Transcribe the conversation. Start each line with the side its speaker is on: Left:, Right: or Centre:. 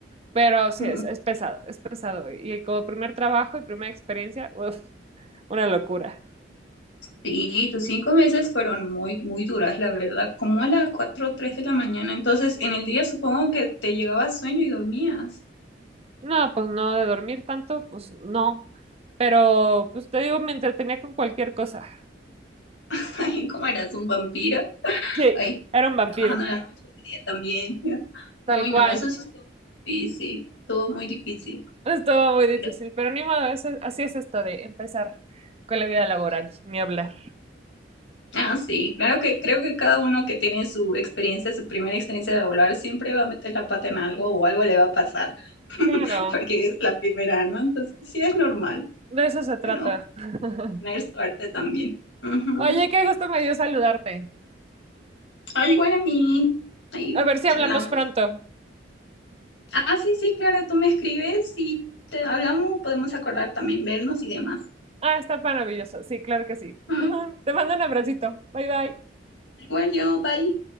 Right: Pero sí,
Left: Mm,
Right: es, es pesado, es pesado. Y como primer trabajo y primera experiencia, uf, una locura.
Left: Sí, tus cinco meses fueron muy, muy duras, la verdad, como a las cuatro o 3 de la mañana. Entonces, en el día supongo que te llegaba sueño y dormías.
Right: No, pues no, de dormir tanto, pues no. Pero, pues te digo, me entretenía con cualquier cosa.
Left: <laughs> Ay, como eras un vampiro.
Right: Sí,
Left: Ay,
Right: era un vampiro,
Left: trabajando en la noche, de día también. <laughs> ya.
Right: tal
Left: Uy,
Right: cual.
Left: no, eso sí estuvo difícil, estuvo muy difícil.
Right: Estuvo muy difícil,
Left: Pero,
Right: pero ni modo, eso- así es esto de empezar con la vida laboral, ni hablar.
Left: ah, sí, claro que creo que cada uno que tiene su experiencia, su primera experiencia de volar, siempre va a meter la pata en algo o algo le va a pasar, <laughs>
Right: Claro,
Left: porque es la primera, ¿no? Entonces, sí es normal.
Right: de eso se trata.
Left: Bueno,
Right: <laughs>
Left: tener suerte también. Ujú.
Right: Oye, qué gusto me dio saludarte.
Left: Ah, igual a mí, ahí
Right: A ver si
Left: charlamos.
Right: hablamos pronto.
Left: Ah, sí, sí, claro, tú me escribes y te hablamos, podemos acordar también vernos y demás.
Right: Ah, está maravilloso. Sí, claro que sí.
Left: Mm,
Right: <laughs> Te mando un abracito. Bye bye.
Left: Igual yo, bye.